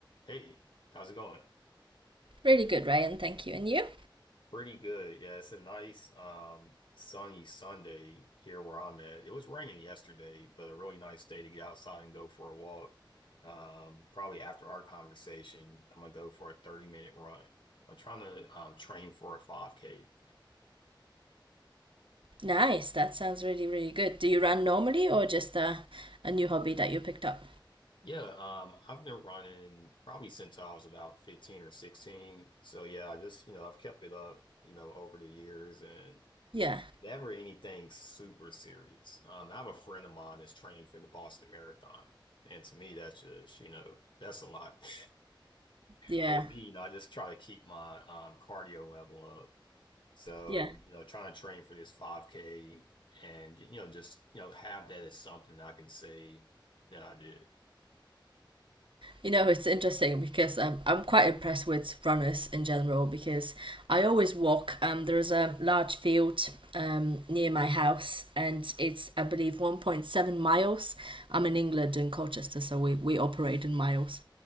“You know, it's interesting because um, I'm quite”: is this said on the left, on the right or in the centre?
Right